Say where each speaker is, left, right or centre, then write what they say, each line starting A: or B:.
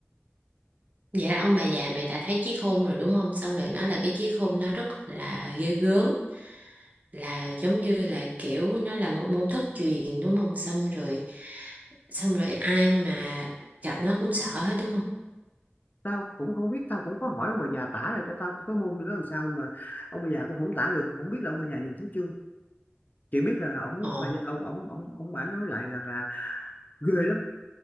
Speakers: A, on the right (about 40°); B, on the left (about 40°).
A: Vậy là ông bà già mày đã thấy chí khôn rồi đúng không? Xong rồi nói là cái chí khôn nó rất là ghê gớm, là giống như là kiểu nó là một môn thất truyền đúng không? Xong rồi xong rồi ai mà gặp nó cũng sợ hết đúng không?
B: tao cũng không biết tao cũng có hỏi ông bà già tả lại cho tao cái môn nữa làm sao mà ông bà già cũng không tả được không biết là ông bà già nhìn thấy chưa chỉ biết là là ông
A: Ồ,
B: bà già, ông ông ông ông bà nói lại rằng là ghê lắm